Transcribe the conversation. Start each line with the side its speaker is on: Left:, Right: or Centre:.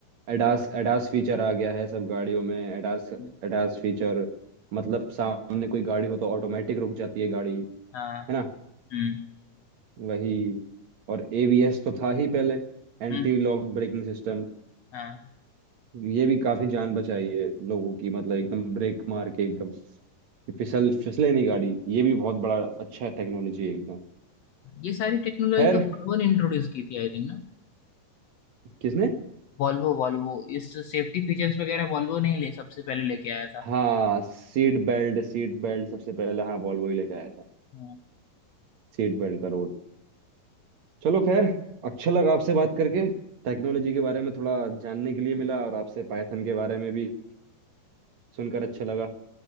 Right: एडास एडास फीचर आ गया है सब गाड़ियों में एडास
Left: हम्म,
Right: एडास फीचर मतलब सामने कोई गाड़ी हो तो ऑटोमेटिक रुक जाती है गाड़ी है
Left: हाँ
Right: ना
Left: हम्म
Right: वही और एबीएस तो था ही पहले एंटी
Left: हम्म,
Right: लॉक ब्रेकिंग सिस्टम
Left: हाँ
Right: ये भी काफी जान बचाई है लोगों की मतलब एकदम ब्रेक मार के एकदम कि फिसल फिसले नहीं गाड़ी ये भी बहुत बड़ा अच्छा टेक्नोलॉजी है एकदम
Left: ये सारी टेक्नोलॉजी
Right: खैर
Left: तो वॉल्वो ने इंट्रोड्यूस की थी आई थिंक ना
Right: किसने
Left: वॉल्वो वॉल्वो इस सेफ्टी फीचर्स वगैरह वॉल्वो ने ही ले सबसे पहले लेके आया था
Right: हाँ सीट बेल्ट सीट बेल्ट सबसे पहले हाँ वॉल्वो ही लेके आया था
Left: हाँ
Right: सीट बेल्ट का रोल चलो खैर अच्छा लगा आपसे बात करके टेक्नोलॉजी के बारे में थोड़ा जानने के लिए मिला और आपसे पाइथन के बारे में भी सुनकर अच्छा लगा